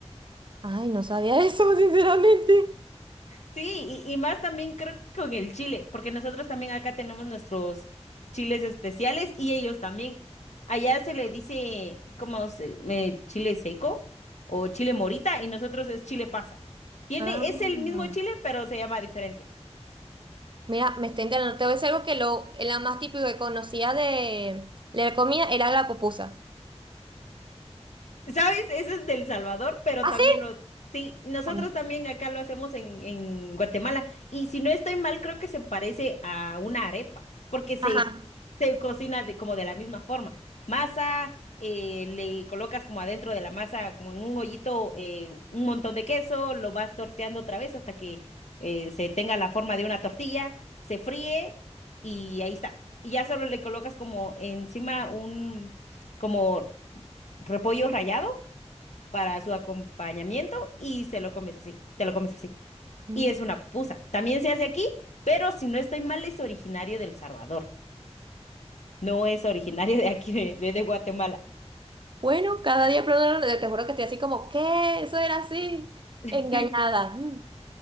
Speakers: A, on the right; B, on the left.
A: Ay, no sabía eso, <laughs> sinceramente.
B: Sí, y, y más también creo que con el chile, porque nosotros también acá tenemos nuestros chiles especiales y ellos también. Allá se le dice como se- me- chile seco o chile morita y nosotros es chile pasa. Tiene,
A: Ah.
B: es el mismo chile, pero se llama diferente.
A: Mira, me está enterando. Te voy a decir algo que lo, la más típico que conocía de, de la comida era la pupusa.
B: ¿Sabes? Ese es del Salvador, pero
A: ¿Ah,
B: también
A: sí?
B: lo... Sí, nosotros
A: Ay.
B: también acá lo hacemos en, en Guatemala. Y si no estoy mal, creo que se parece a una arepa, porque se,
A: Ajá.
B: se cocina de, como de la misma forma. Masa, eh, le colocas como adentro de la masa, como en un hoyito, eh, un montón de queso, lo vas torteando otra vez hasta que eh, se tenga la forma de una tortilla, se fríe y ahí está. Y ya solo le colocas como encima un, como repollo rallado para su acompañamiento y se lo comes así, te lo comes así.
A: Mm.
B: Y es una pupusa. También se hace aquí, pero si no estoy mal, es originario del Salvador. No es originario de aquí, de, de- de Guatemala.
A: Bueno, cada día probando, te juro que estoy así como, ¿qué? Eso era así.
B: <laughs>
A: Engañada. Mm.